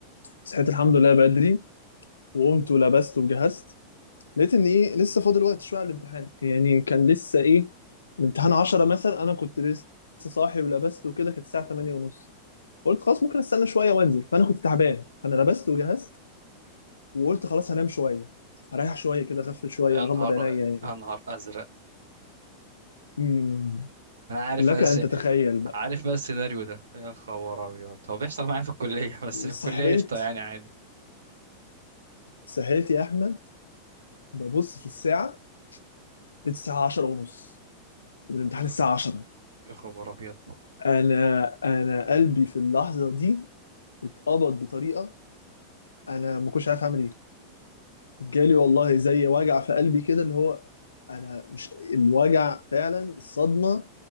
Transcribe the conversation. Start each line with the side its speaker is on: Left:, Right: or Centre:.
Left: صحيت الحمد لله بدري وقمت ولبست وجهزت لقيت ان ايه لسه فاضل وقت شويه على الامتحان يعني كان لسه ايه الامتحان 10 مثلا انا كنت لسه صاحي ولبست وكده كانت الساعه 8 ونص قلت خلاص ممكن استنى شويه وانزل فانا كنت تعبان فانا لبست وجهزت وقلت خلاص هنام شويه هريح شويه كده اغفل شويه
Right: انهار
Left: اغمض عينيا يعني
Right: انهار ازرق
Left: امم
Right: انا عارف
Left: لك
Right: انا س...
Left: ان تتخيل بقى
Right: عارف بقى السيناريو ده يا خبر ابيض هو بيحصل معايا في الكلية <laughs> بس في
Left: صحيت
Right: الكلية قشطة يعني عادي
Left: صحيت يا احمد ببص في الساعه لقيت الساعه 10 ونص والامتحان
Right: يا خ-
Left: الساعة 10
Right: يا خبر ابيض
Left: انا انا قلبي في اللحظة دي اتقبض بطريقة انا ما كنتش عارف اعمل ايه جالي والله زي وجع في قلبي كده اللي هو انا مش الوجع فعلا الصدمة